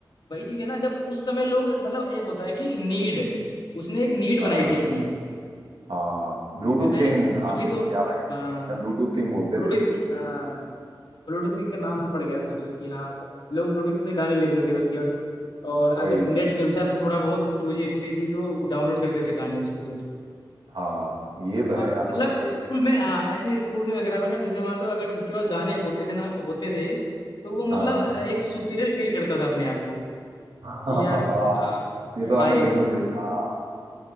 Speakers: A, on the left (about 65°); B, on the right (about 75°).
A: वही चीज है ना जब उस समय लोग मतलब एक होता है कि नीड उसने एक नीड
B: हाँ
A: बनाई थी अपनी
B: हाँ ब्लूटूथ
A: जैसे
B: किंग हाँ
A: अभी
B: हाँ,
A: तो
B: याद आ गया
A: हाँ
B: मुझे उन्हें ब्लूटूथ किंग बोलते
A: ब्लूटूथ
B: थे
A: की हाँ। ब्लूटूथ का नाम पड़ गया सोचो कि हाँ लोग ब्लूटूथ से गाने लेते थे उसके और, और अगर
B: वही
A: नेट मिलता था थोड़ा बहुत टू जी थ्री जी तो डाउनलोड करते थे गाने उसके सोचो
B: हाँ ये तो है
A: और
B: यार मतलब
A: मतलब
B: वही
A: स्कूल
B: है
A: में हाँ ऐसे स्कूल में वगैरह में ना जैसे मान लो अगर जिसके पास गाने होते थे ना होते थे तो वो मतलब
B: हाँ
A: एक सुपीरियर फील करता था अपने आप को
B: हाँ
A: कि
B: <laughs>
A: यार
B: हाँ,
A: आ,
B: ये तो
A: भाई
B: आपने बिल्कुल सही कहा हाँ,